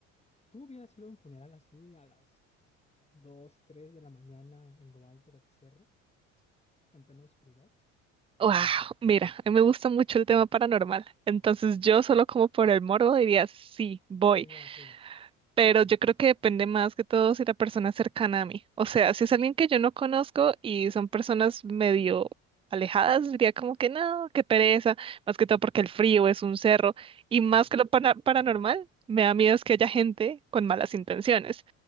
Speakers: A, on the left; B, on the right.
A: ¿Tú hubieras ido a un funeral así a las 2, 3 de la mañana en lo alto del cerro, en plena oscuridad?
B: Wow, mira, a mí me gusta mucho el tema paranormal, entonces yo solo como por el morbo diría, sí, voy.
A: Sí hubiera sido.
B: pero yo creo que depende más que todo si la persona es cercana a mí. O sea, si es alguien que yo no conozco y son personas medio alejadas, diría como que no, qué pereza, más que todo porque el frío es un cerro y
A: Sí,
B: más que
A: sí,
B: lo pana-
A: sí.
B: paranormal, me da miedo es que haya gente con malas intenciones.